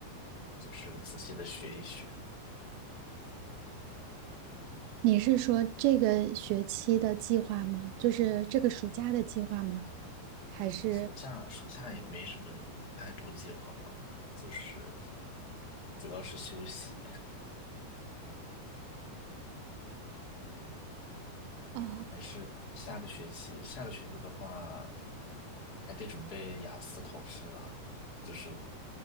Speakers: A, on the left; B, on the right.
A: 就是仔细的学一学。
B: 你是说这个学期的计划吗？就是这个暑假的计划吗？还是
A: 暑假暑假也没什么太多计划嘛，就是主要是休息。
B: 哦，
A: 还是下个学期？下个学期的话，还得准备雅思考试啊，就是